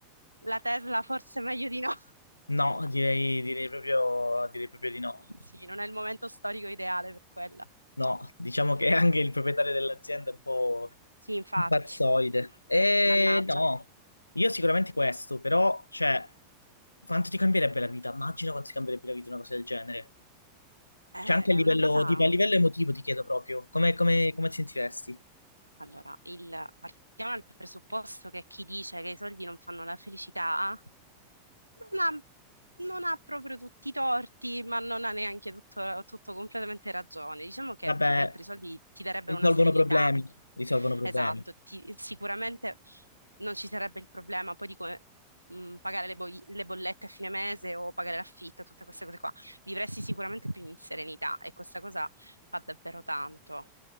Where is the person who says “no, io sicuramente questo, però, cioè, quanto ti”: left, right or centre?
Left